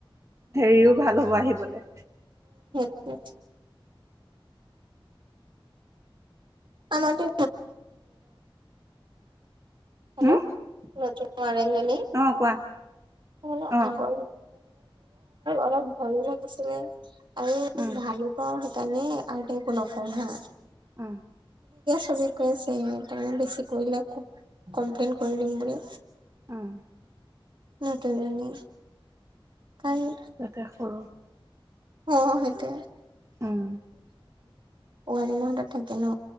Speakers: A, on the right; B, on the right.
A: হেৰিও ভাল হ'ব আহিবলৈ
B: অ আমাটো হেল্ল'ন
A: হম
B: নঞ্জনী
A: অ' কোৱা
B: <unintelligible> আমাৰ
A: অ'
B: অলপ ভয়ো লাগিছিলে আৰু
A: উম
B: ভালুকাও তেনে আগতে একো নকওঁ হা
A: উম
B: আজি কৈ আছে তাৰে বেছি কৰিলে কমপ্লেইন কৰি দিম বুলি
A: উম
B: <unintelligible> অ সেইটোৱে কাই ৰ
A: তাতে সৰু
B: ছুটি
A: উম
B: ৱাৰডেন হাতত থাকে ন